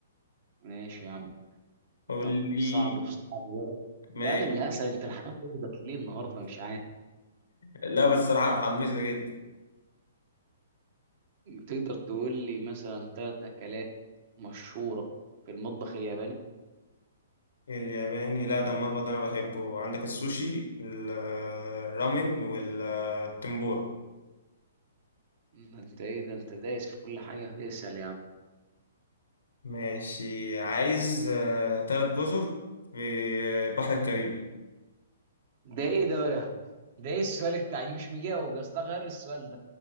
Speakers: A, on the right; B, on the left.
A: ماشي يا عم
B: قول
A: طب
B: لي
A: صعب في صعب بقى.
B: ماشي
A: لا انا اللي هسأل انت الحمام واخدك ليه النهارده مش عارف
B: لا بس الصراحة محمسة جدا
A: تقدر تقول لي مثلا ثلاث اكلات مشهوره في المطبخ الياباني
B: الياباني لا ده المطبخ ده أنا بحبه عندك السوشي ال- الرامن والتمبورا
A: ده انت ايه ده انت دايس في كل حاجه اسأل يا عم
B: ماشي عايز آه، تلات جزر في البحر الكاريبي
A: ده ايه ده بقى ده ايه السؤال بتاعي مش مجاوب يا اسطى غير لي السؤال ده